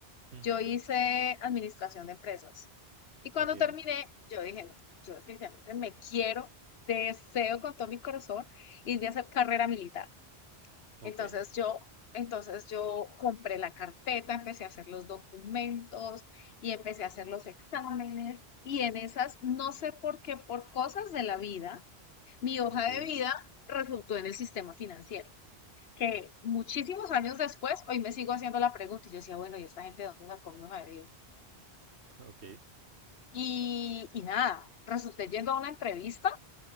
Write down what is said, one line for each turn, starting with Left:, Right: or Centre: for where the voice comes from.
Right: Ujú.
Left: yo hice administración de empresas. Y cuando
Right: Ok,
Left: terminé, yo dije, no, yo definitivamente me quiero, deseo con todo mi corazón irme a hacer carrera militar.
Right: ok,
Left: Entonces yo, entonces yo compré la carpeta, empecé a hacer los documentos y empecé a hacer los exámenes. Y en esas, no sé por qué, por cosas de la vida, mi hoja
Right: ok,
Left: de vida resultó en el sistema financiero. Que muchísimos años después, hoy me sigo haciendo la pregunta y yo decía, bueno, ¿y esta gente de dónde sacó mi hoja de vida?
Right: ok.
Left: Y, y nada, resulté yendo a una entrevista